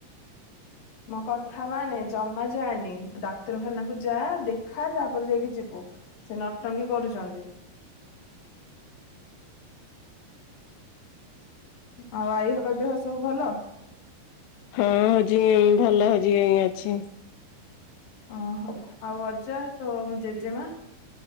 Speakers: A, on the left (about 55°); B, on the left (about 85°).
A: ମୋ କଥା ମାନେ ଜମା ଯାଆନି। ଡାକ୍ତରଖାନାକୁ ଯା ଦେଖା ତାପରେ ଯାଇକି ଜ ଯିବୁ। ସେ ନଟଙ୍କି କରୁଚନ୍ତି। ଆଉ ଆଈ ହକା ଦେହ ସବୁ ଭଲ?
B: ହଁ <unintelligible> ଭଲ <unintelligible> ଅଛି।
A: ଅଁ ହଉ ଆଉ ଅଜା, ତୋ ଜେଜେମା?